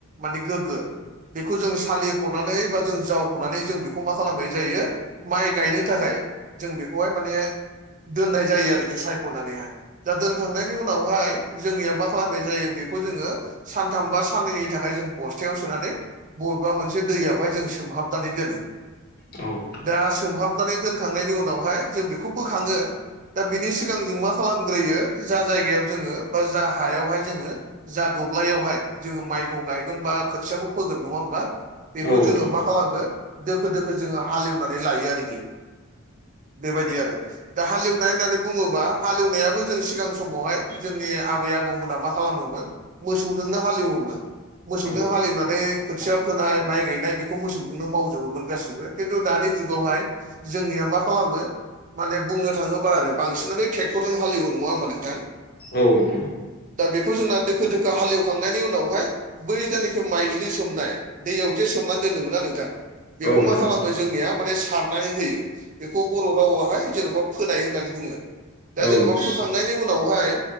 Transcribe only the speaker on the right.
माने गोग्गो। बेखौ जों सालिख'नानै बा जों जावख'नानै जों बेखौ मा खालामनाय जायो माइ गायनो थाखाय जों बेखौहाय माने दोननाय जायो आरोखि सायख'नानैहाय। दा दोनखांनायनि उनावहाय जोंनिया मा खालामनाय जायो बेखौ जोङो सानथाम बा साननैनि थाखाय जों बस्थायाव सोनानै बबेबा मोनसे दैयावहाय जों सोमहाबनानै दोनो।
दा सोमहाबनानै दोनखांनायनि उनावहाय जों बेखौ बोखाङो। दा बिनि सिगां जों मा खालामग्रोयो जा जायगायाव जोङो बा जा हायावहाय जोङो जा दब्लायावहाय जोङो माइखौ गायगोन बा खोथियाखौ फोगोन नङा होमबा बेखौ
जोङो
मा खालामो दोखो दोखो जोङो हालेवनानै लायो आरोखि। बेबायदि आरो दा हालेवनाय होननानै बुङोबा हालेवनायाबो जों सिगां सम बहाय जोंनि आबै आबौमोना मा खालामोमोन मोसौजोंनो हालेवोमोन। मोसौजों
हालेवनानै खोथिया फोनाय माइ गायनाय बेखौ मोसौजोंनो मावजोबोमोन गासिबो। खिन्थु दानि जुगावहाय जोंनिया मा खालामो माने बुंनो थाङोबा आरो बांसिनानो ट्रेक्टरजों हाललिवौ नङा होमबा नोंथां?
दा बेखौ जोंना दोखो दोखो हालेवखांनायनि उनावहाय बै जानाखि माइज्लि सोमनाय दैयाव जे सोमनानै दोनदोंमोना नोंथां? बेखौ
मा खालामो जोंनिया माने सारनानै होयो बेखौ बर' रावाहाय जेन'बा फोनाय होननानै बुङो। दा
जेनेबा फोखांनायनि उनावहाय